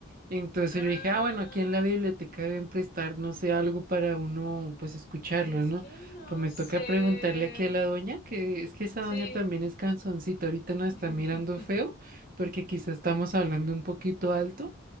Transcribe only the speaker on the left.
Ah,
es
que no
sé.
Sí.
<laughs>